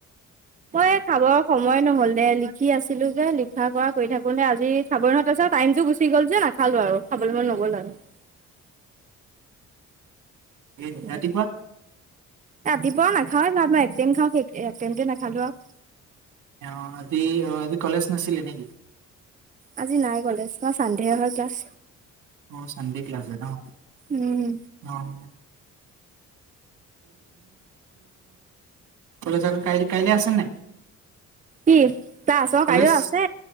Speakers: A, on the right; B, on the right.
A: মই খাবৰ সময় নহ'ল দে লিখি আছো। ছিলো যে লিখা কৰা কৰি থাকোতে আজি চাব নহ'ল আছে টাইমতটো গুচি গ'ল যে নাখালো আৰু খাবলৈ মন নগ'ল আৰু। <unintelligible>
B: <inaudible> এ
A: আৰু।
B: ৰাতিপুৱা
A: ৰাতিপুৱা নাখাওৱেই ভাত মই এক টাইম খাওঁ সেই একটাইমতে নাখালো আৰু।
B: অ', আজি আজি কলেজ নাছিলে নেকি?
A: আজি নাই কলেজ <unintelligible> চানডেহে হয় ক্লাছ।
B: অ', চানডে ক্লাছ ন'
A: উম
B: অ'। কলেজ কাই কাইলৈ আছে নাই?
A: কি তাৰ আছ
B: কলেজ
A: কাইলৈ আছে